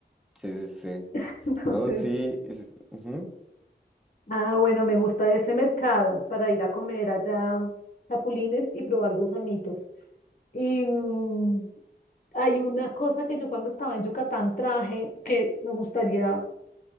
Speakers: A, in the centre; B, on the left.
A: Sí, sí, sí.
B: <laughs> Entonces,
A: No, sí. es- ujú,
B: ah, bueno, me gusta ese mercado para ir a comer allá mm, chapulines y probar gusanitos. Y mm, hay una cosa que yo cuando estaba en Yucatán traje que me gustaría